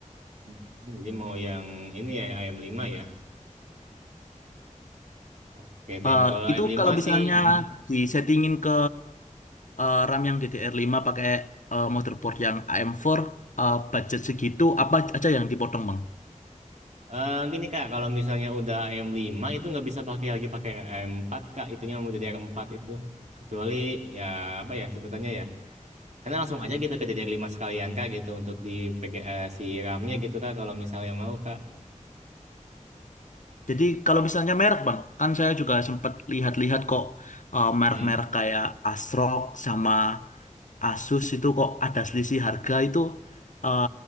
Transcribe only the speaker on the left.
Eh,
itu
kalau misalnya
disettingin ke eh, RAM yang DDR5 pakai eh, motherboard yang AM4 eh, budget segitu apa aja yang dipotong Bang?
Jadi kalau misalnya merek bang, kan saya juga sempat lihat-lihat kok eh, merek-merek
kayak Asrock sama Asus itu kok ada selisih harga itu eh,